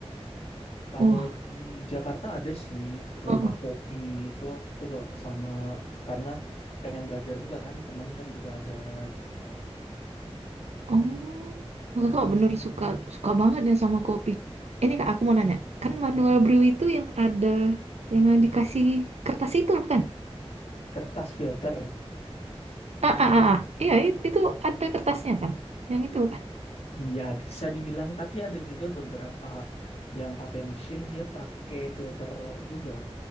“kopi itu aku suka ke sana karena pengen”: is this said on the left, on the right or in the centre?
Left